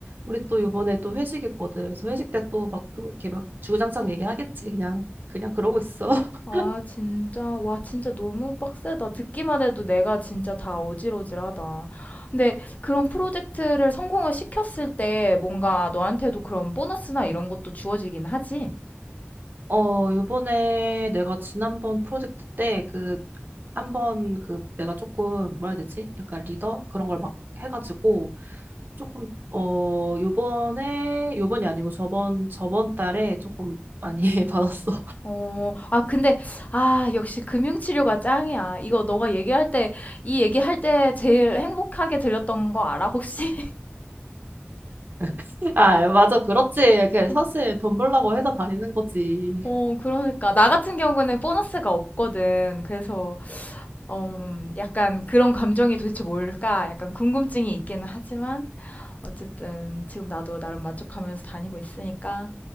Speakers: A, on the right; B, on the left.
A: 우리 또 이번에 또 회식 있거든. 그래서 회식 때 또 막 또 이렇게 막 주구장창 얘기하겠지. 그냥, 그냥 그러고 있어. <laughs>
B: 아, 진짜. 와, 진짜 너무 빡세다. 듣기만 해도 내가 진짜 다 어질어질하다. 근데 그런 프로젝트를 성공을 시켰을 때 뭔가 너한테도 그런 보너스나 이런 것도 주어지긴 하지?
A: 어, 요번에 내가 지난번 프로젝트 때 그, 한번 그 내가 조금 뭐라 해야 되지? 약간 리더? 그런 걸 막 해가지고, 조금 어 요번에 요번이 아니고 저번 저번 달에 조금 많이 <laughs> 받았어.
B: 어, 아, 근데, 아, 역시 금융치료가 짱이야. 이거 너가 얘기할 때, 이 얘기할 때 제일 행복하게 들렸던 거 알아, 혹시?
A: <laughs> 아, 맞아. 그렇지. 그
B: <laughs>
A: 사실 돈 벌라고 회사 다니는 거지.
B: 어,
A: <laughs>
B: 그러니까. 나 같은 경우는 보너스가 없거든. 그래서 어, 음, 약간 그런 감정이 도대체 뭘까? 약간 궁금증이 있기는 하지만 어쨌든 지금 나도 나름 만족하면서 다니고 있으니까